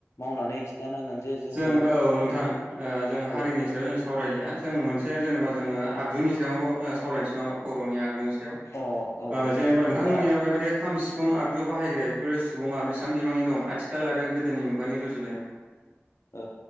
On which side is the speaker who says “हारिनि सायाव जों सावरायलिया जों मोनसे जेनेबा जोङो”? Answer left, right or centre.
Right